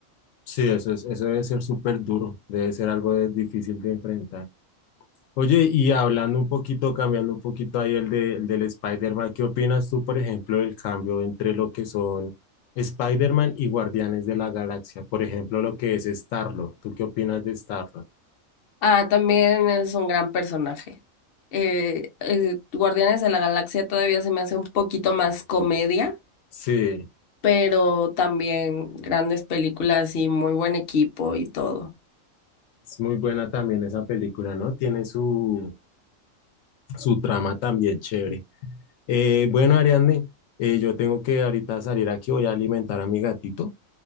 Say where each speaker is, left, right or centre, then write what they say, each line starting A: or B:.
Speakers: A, on the left (about 75°); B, on the left (about 55°).
A: Sí, eso es, eso debe ser súper duro, debe ser algo de- difícil de enfrentar. Oye, y hablando un poquito, cambiando un poquito ahí el, de- el del Spider-Man, ¿qué opinas tú, por ejemplo, del cambio entre lo que son Spider-Man y Guardianes de la Galaxia? Por ejemplo, lo que es Star-Lord. ¿Tú qué opinas de Star-Lord?
B: Ah, también es un gran personaje. Eh, eh, Guardianes de la Galaxia todavía se me hace un poquito más comedia
A: Sí,
B: pero también grandes películas y muy buen equipo y todo.
A: es muy buena también esa película, ¿no? Tiene su, su trama también chévere. Eh, bueno, Ariadne, eh, yo tengo que ahorita salir aquí, voy a alimentar a mi gatito.